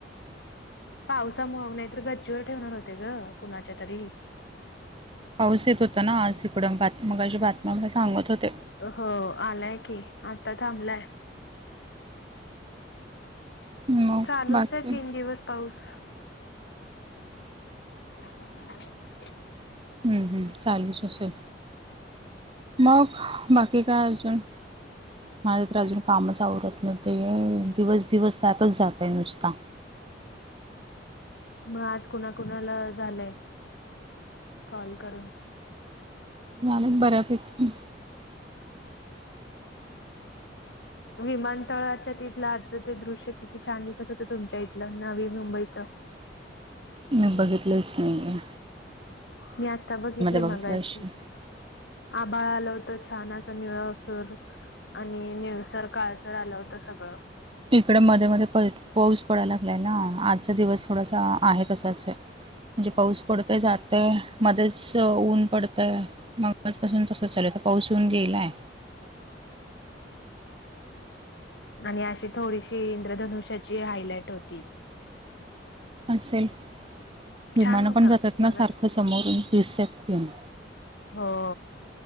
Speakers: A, on the left; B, on the right.
A: पावसा तर गच्चीवर ठेवणार होते ग कुणाच्या तरी.
B: पाऊस येत होता ना आज तिकडं बात मगाशी बातम्या मध्ये सांगत होते.
A: हो आलाय की आता थांबलाय.
B: मग
A: चालूच
B: बाकी
A: आहे तीन दिवस पाऊस. <unintelligible>
B: हम्म चालूच असेल, मग बाकी काय अजून? माझं तर अजून कामच आवरत नाही ते दिवस दिवस त्यातच जात आहे नुसता.
A: मग आज कुणाकुणाला झालंय कॉल करून?
B: झाले बऱ्यापैकी!
A: विमानतळाच्या तिथलं आजचं ते दृश्य किती छान दिसत होतं तुमच्या इथलं नवी मुंबईचं.
B: मी बघितलंच नाही.
A: मी आत्ता बघितलय
B: बघितलं
A: मगाशी!
B: अशी
A: आभाळ आलं होत छान असा निळ सर! आणि निळसर काळसर आलं होतं सगळं.
B: इकड मध्ये मध्ये पाऊस पडायला लागलाय ना आजचा दिवस थोडासा आहे तसाच आहे. म्हणजे पाऊस पडतय जातय, मध्येच ऊन पडतंय. मगाच पासून तस चालूय आता पाऊस येऊन गेलाय.
A: आणि अशी थोडीशी इंद्रधनुष्याची हायलाइट होती.
B: असेल विमानं
A: छान होतं
B: पण जातात
A: मगाशी
B: ना सारखं समोरून दिसतेस की.
A: हो!